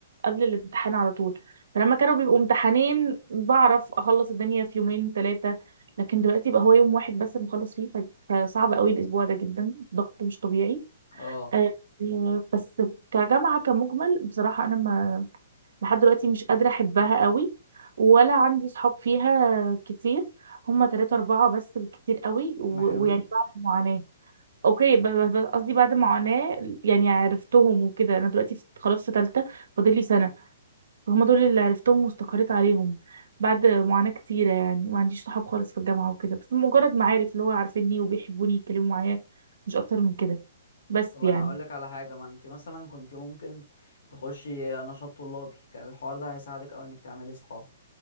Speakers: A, on the right; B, on the left.
A: قبل الامتحان على طول فلما كانوا بيبقوا امتحانين بعرف اخلص الدنيا في يومين ثلاثة لكن دلوقتي بقى هو يوم واحد بس مخلص فيه ف- فصعب قوي الاسبوع ده جدا ضغط مش طبيعي
B: اه
A: آه، آه، بس كجامعة كمجمل بصراحة انا لحد دلوقتي مش قادرة أحبها قوي ولا عندي صحاب فيها كتير هما تلاتة أربعة بس بالكتير قوي و-
B: ما حلوين
A: ويعني بعد معاناة أوكي ب- ب- ب- قصدي بعد معاناة يعني عرفتهم وكده أنا دلوقتي في- خلاص في تالتة فاضل لي سنة فهم دول اللي عرفتهم واستقريت عليهم بعد معاناة كتيرة يعني ما عنديش صحاب خالص في الجامعة وكده بس مجرد معارف اللي هو عارفيني وبيحبوني يتكلموا معايا مش أكتر من كده بس
B: طب انا
A: يعني
B: هقول لك على حاجة ما انت مثلا كنت ممكن تخشي نشاط طلابي كان الحوار ده هيساعدك قوي انك تعملي صحاب